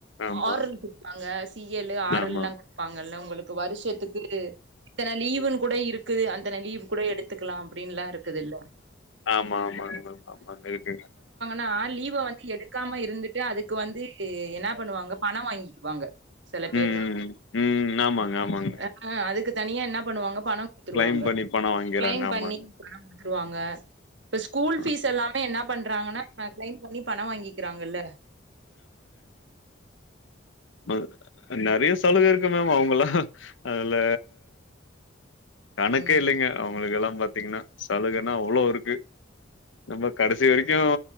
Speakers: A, on the left; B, on the right.
A: ஆமா
B: ஆற் எல் குடுப்பாங்க சீ எல்லு ஆற்
A: ஆமா
B: எல்லா குடுப்பாங்கல்ல உங்களுக்கு வர்ஷத்துக்கு இத்தன லீவுன்னு கூட இருக்குது அந்தன லீவு கூட எடுத்துக்கலா அப்டின்லா இருக்குதுல்ல
A: ஆமா ஆமா ஆமா ஆமாங்க இருக்குங்க
B: னா லீவ வந்து எடுக்காம இருந்துட்டு அதுக்கு வந்து என்ன பண்ணுவாங்க பண வாங்கிக்குவாங்க சில பேர்லா
A: ம் ம் ம் ஆமாங்க ஆமாங்க
B: அ அதுக்கு தனியா என்ன பண்ணுவாங்க பண குடுத்துருவாங்க
A: கிளைம் பண்ணி பணோ வாங்கிறாங்க
B: க்ளைம்
A: ஆமாங்க
B: பண்ணி குற்வாங்க இப்ப ஸ்கூல்
A: ம்,
B: பீஸ் எல்லாமே என்ன பண்றாங்கன்னா க்ளைம் பண்ணி பண வாங்கி இருக்கிறாங்கல்ல
A: ம நெறைய சலுக இருக்கு மேம் அவுங்களா அதுல கணக்கே
B: ம்
A: இல்லைங்க அவுங்களுக்கெல்லா பாத்தீங்கினா சலுகனா அவ்ளோ இருக்கு நம்ப கடசி வெரிக்கு